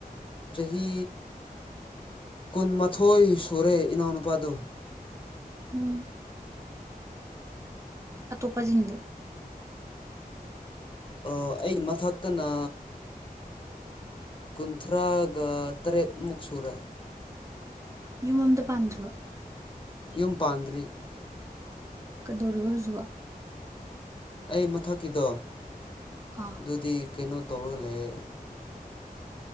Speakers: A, on the left; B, on the right.
A: ꯆꯍꯤ ꯀꯨꯟꯃꯥꯊꯣꯏ ꯁꯨꯔꯦ ꯏꯅꯥꯎꯅꯨꯄꯥꯗꯣ
B: ꯎꯝ ꯑꯇꯣꯞꯄꯖꯤꯡꯗꯤ
A: ꯑꯩ ꯑꯩꯒꯤ ꯃꯊꯛꯇ ꯅ ꯀꯨꯟꯊ꯭ꯔꯥꯒ ꯇꯔꯦꯠꯃꯨꯛ ꯁꯨꯔꯦ
B: ꯌꯨꯝ ꯑꯝꯗ ꯄꯥꯟꯗ꯭ꯔꯣ
A: ꯌꯨꯝ ꯄꯥꯟꯗ꯭ꯔꯤ
B: ꯀꯩꯗꯧꯔꯤꯕ ꯍꯧꯖꯤꯛꯕꯣ
A: ꯑꯩ ꯃꯊꯛꯀꯤꯗꯣ
B: ꯑꯥ
A: ꯑꯗꯨꯗꯤ ꯀꯩꯅꯣ ꯇꯧꯔꯒ ꯂꯩꯌ‌ꯦ